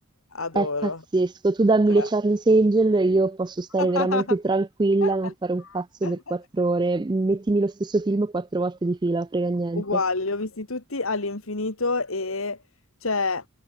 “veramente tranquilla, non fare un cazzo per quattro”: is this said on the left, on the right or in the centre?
Right